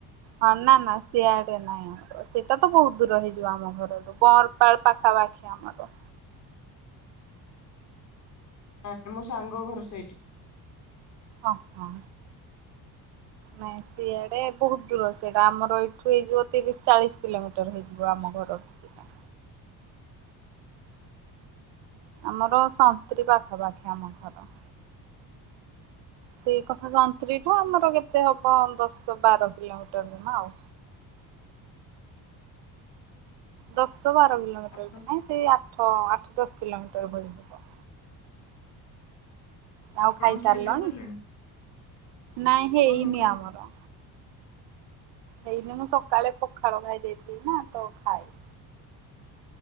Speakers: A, on the right; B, on the left.
A: ହଁ ନା ନା ସିଆଡେ ନାଇଁ ଆମର ସେଟା ତ ବହୁତ ଦୂର ହେଇଯିବ ଆମ ଘର ଠୁ ବଂରପାଳ ପାଖାପାଖି ଆମର।
B: ଜାଣିନି ମୋ ସାଙ୍ଗ ଘର ସେଇଠି।
A: ଅ ହ। ନାଇଁ ସିଆଡେ ବହୁତ ଦୂର ସେଟା ଆମର ଏଠୁ ହେଇଯିବ ତିରିଶ ଚାଳିଶ କିଲୋମିଟର ହେଇଯିବ ଆମ ଘର ଠୁ ସେଟା।
B: ଆଛା।
A: ଆମର ସନ୍ତ୍ରୀ ପାଖାପାଖି ଆମ ଘର। ସେଇ କସ ସନ୍ତ୍ରୀଠୁ ଆମର କେତେ ହବ ଦଶ ବାର କିଲୋମିଟର ଜମା ଆଉ।
B: ଆଚ୍ଛା
A: ଦଶ ବାର କିଲୋମିଟର
B: ଆପଣ
A: ବି ନୁଅ ସେଇ ଆଠ ଆଠ ଦଶ। କିିଲୋମିଟର ଭଳୀ ହବ।
B: <unintelligible>
A: ଆଉ
B: ଆପଣଙ୍କ
A: ଖାଇସାରିଲନି?
B: ଖିଆ ପିଆ ସରିଲାଣି?
A: ନାଇଁ ହେଇନି
B: ହଁ ମୁଁ ଖାଇଥିଲି।
A: ଆମର। ହେଇନି ମୁଁ ସକାଳେ ପଖାଳ ଖାଇ ଦେଇେଇଥିଲି ନା ତ ଖାଇନି।